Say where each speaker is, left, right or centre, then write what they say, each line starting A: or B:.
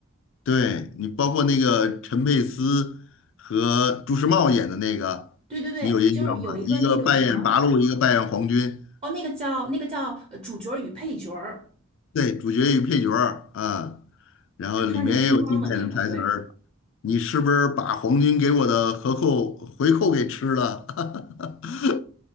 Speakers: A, on the left; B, on the right.
A: 对你包括那个陈佩斯和朱时茂演的那个，
B: 对对对，
A: 你有印象吗？
B: 就是有一个那个什么，
A: 一个扮演八路，一个扮演皇军。
B: 哦，那个叫那个叫呃主角儿与配角儿，
A: 对，主角与配角儿啊，然后里面也有经典的台词儿。
B: 还穿着军装的那个，对。
A: 你是不是把皇军给我的合扣回扣给吃了？<laughs>